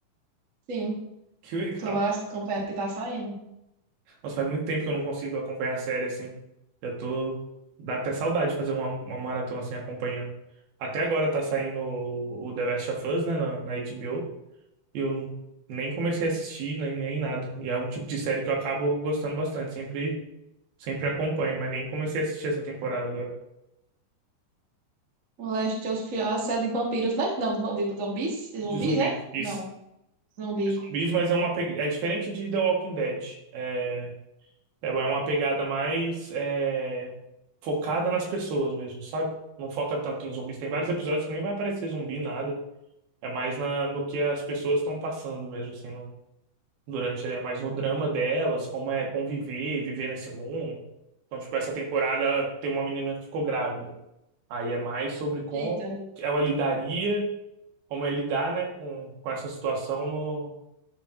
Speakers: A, on the right; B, on the right.
A: Sim,
B: Que legal.
A: tô as- acompanhando o que tá saindo.
B: Nossa, faz muito tempo que eu não consigo acompanhar a série assim. Já tô. Dá até saudade de fazer uma, uma maratona assim acompanhando. Até agora tá saindo o, o The Last of Us, né, na, na HBO. E eu nem comecei a assistir, nem, nem nada. E é um tipo de série que eu acabo gostando bastante. Sempre, sempre acompanho, mas nem comecei a assistir essa temporada agora.
A: O Last of Us é de vampiros, né? Não, de de zumbis? De zumbis,
B: De zumbis.
A: é?
B: Isso.
A: Não, zumbi.
B: Zumbis, mas é uma. pe- É diferente de The Walking Dead. É, Ela é uma pegada mais é, focada nas pessoas mesmo, sabe? Não foca tanto em zumbis. Tem vários episódios que nem vai aparecer zumbi, nada. É mais na, no que as pessoas estão passando mesmo, assim, no- durante ele. É mais no drama delas, como é conviver, viver nesse mundo. Então, tipo, essa temporada tem uma menina que ficou grávida. Aí é mais sobre como
A: Eita.
B: ela lidaria, como é lidar, né, com, com essa situação no,